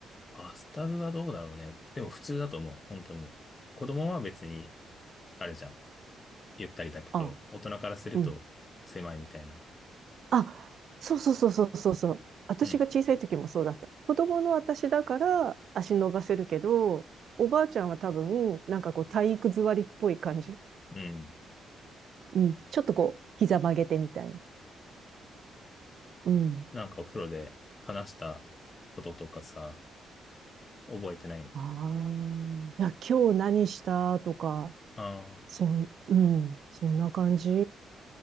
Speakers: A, on the left; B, on the right.
A: バスタブはどうだろうね。でも普通だと思う、本当に。子供は別に、あれじゃん。ゆったりだけど、
B: ああ、
A: 大人からすると狭いみたいな。
B: うん。あ、そうそうそうそうそうそう。私が小さい時もそうだった。
A: うん、
B: 子供の私だから足伸ばせるけど、おばあちゃんは多分、なんかこう体育座りっぽい感じ。
A: うん。
B: うん。ちょっとこう、膝曲げてみたいな。うん。
A: なんかお風呂で話したこととかさ、覚えてないの。
B: ああ、いや、今日何したとか、
A: ああ、
B: そん、うん、そんな感じ